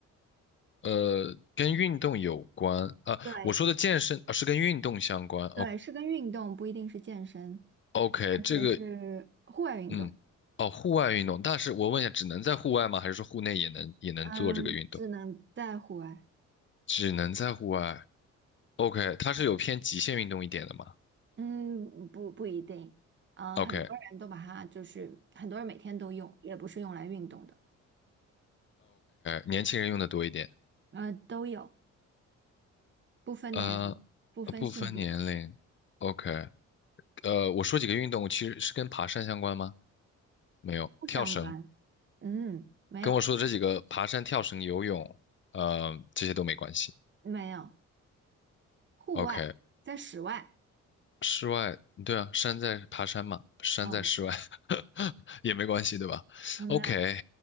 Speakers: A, on the left; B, on the right.
A: 呃，跟运动有关啊。
B: 对，
A: 我说的健身啊，是跟运动相关。
B: 对，是跟运动，不一定是健身，
A: OK，OK，
B: 而且是户外运动。
A: 这个嗯，哦，户外运动，但是我问一下，只能在户外吗？还是说户内也能也能做这个运动？
B: 嗯，只能在户外。
A: 只能在户外。OK，它是有偏极限运动一点的吗
B: 嗯，不不一定。啊，
A: ？OK，OK，
B: 很多人都把它就是很多人每天都用，也不是用来运动的。
A: 年轻人用的多一点。
B: 呃，都有，不分年龄，
A: 呃，
B: 不分性别，
A: 呃不分年龄。OK，呃，我说几个运动，其实是跟爬山相关吗？没有，
B: 不相关。
A: 跳绳。
B: 嗯，没有
A: 跟我说的这几个，爬山、跳绳、游泳，呃，这些都没关系。
B: 没有，户外在室外。
A: OK，室外，对啊，山在爬山嘛，山在室外
B: 哦，
A: <laughs> 也没关系，对吧？OK，
B: 嗯，没有